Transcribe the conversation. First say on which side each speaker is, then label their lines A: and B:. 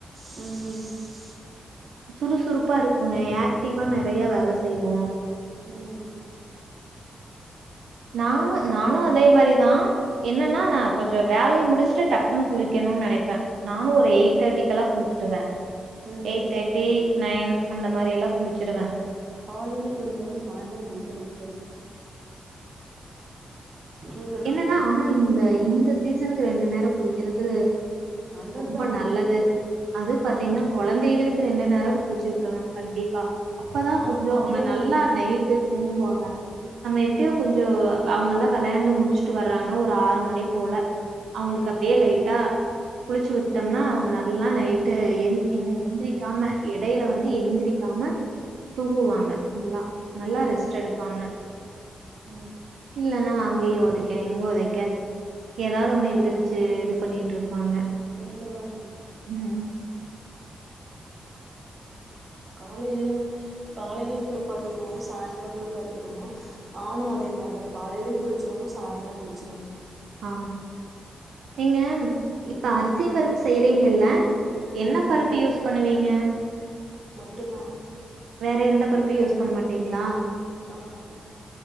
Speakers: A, on the right; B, on the right.
A: ம்
B: சுறுசுறுப்பா இருக்குங்க யாக்டிவா நெறைய வேல செய்வோ
A: ம் ம்
B: நா நாளா அதே மாரிதா என்னன்னா நா கொஞ்சோ வேலய முடுஷ்ட்டு டக்குனு குளிக்கணுன் நெனைப்ப நானு ஒரு எயிட் தேட்டிக்கல்லா குளிச்சிடுவ
A: ம்
B: எயிட் தேட்டி நயன் அந்த மாரி எல்லா குளிச்சிருவ
A: காலைல்யு குளிக்கோணு சாய்ந்துர குளிக்கோண் இங்க இங்கெல்லா
B: என்னனா
A: அப்டிதா
B: ஆனா இந்த இந்த சீசனுக் ரெண்டு நேர் ட குளிக்கிறது
A: நல்லதுதா
B: ரொம்ப நல்லது அதுவ் பாத்தீங்னா
A: நல்
B: கொழந்தைகளுக் ரெண்டு நேரவ் குளிச்சு விட்ரணு கண்டிப்பா அப்பதா
A: நானு
B: கொஞ்சோ
A: காலையில
B: அவுங்க நல்லா
A: ம்
B: நைட்டு தூங்குவாங்க நம்ம எப்டியோ கொஞ்சோ அவுங்கல்லா வெளையாண்டு முட் முஷ்ட்டு வர்றாங்க ஒரு ஆறு மணி போல அவுங்ளுக்கு அப்டே லைட்டா குளிச்சு விட்டம்னா அவுங்க நல்லா நைட்டு என் என்ன எந்ரிக்காம எடைல வந்து எந்ரிக்காம தூங்குவாங்க ல்லா நல்லா
A: ம்
B: ரெஸ்ட் எடுப்பாங்க
A: ம்
B: இல்லனா அங்கயே வொ எங் உதைக்க எதாவது
A: உண்மதா
B: ஒண்ணு எந்திரிச்சு இதுப் பண்ணிட்ருப்பாங்க
A: உண்மதாங்க
B: உம்
A: காலையிலயு காலையிலயு குளிப்பாட்டி <unintelligible> சாய்ந்ரோ குளிப்பாட்டிறனு நானு அதே மார்தா காலையிலேயு குளிச்சிரோணு சாய்ந்ரோ குளிச்சிரோணு
B: ஆ, நீங்க இப்ப அரிசிம் பருப்பு செய்றீங்கல்ல
A: ம்
B: என்ன பருப்பு யூஸ் பண்ணுவீங்க
A: மட்டுதா
B: வேற எந்த பருப்பையு யூஸ் பண்ண மாட்டீங்களா
A: ஆஹா ஆஹா